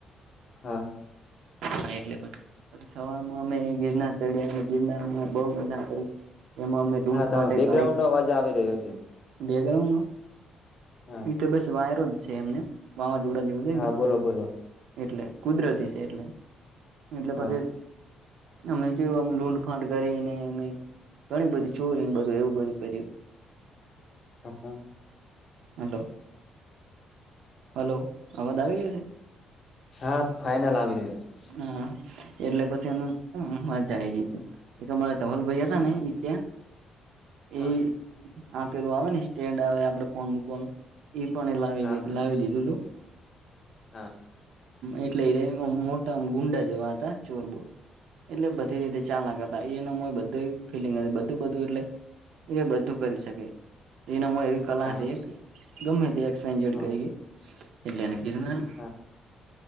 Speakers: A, on the left; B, on the right.
A: હા.
B: હા એટલે પછી પછી સવારમાં અમે ગિરનાર ચડ્યા અને ગિરનારમાં બોવ મજા કરી એમાં અમે ડૂંડ
A: હા
B: ફાટે
A: તમે બેકગ્રાઉન્ડ
B: ઘણીક
A: નો અવાજ આવી રહ્યો છે
B: બેગ્રાઉન્ડનુ
A: હા
B: તો બસ વાયરો જ છે એમને વાવાઝોડા જેવું
A: હા
B: છે,
A: બોલો બોલો
B: એટલે કુદરતી છે, એટલે એટલે
A: હા
B: પછી અમે જે લૂટફાંટ કરીને અમે ઘણી બધી ચોરી બધું એવું બધું કરીયુ હતું
A: હા હા
B: હાલો હાલો આવાજ આવી રહ્યો છે.
A: હા ફાઈનલ આવી રહ્યો છે
B: હા. એટલે પછી અમે મજા આયગીતી એક અમારા ધવલ ભાઈ હતા
A: હા
B: ને ઈ ત્યાં
A: હા
B: એ આપેલું આવે ને સ્ટેન્ડ આવે આપડે ફોન મુકવાનું ઈ પણ એ લાવી
A: હા હા
B: લાવી દીધું તું
A: હા.
B: એટલે એ મોટામ ગુંડા જેવા હતા ચોરબો એટલે બધી રીતે ચાલાક હતા એ એ એનામાં બધય ફિલિંગ બધું બધું એટલે એ બધું કરી શકે એનામાં એવી કલા
A: હા
B: છે, ગમે તે એક્સપ જેડ
A: હા
B: કરી એટલે ગિરનાર
A: હા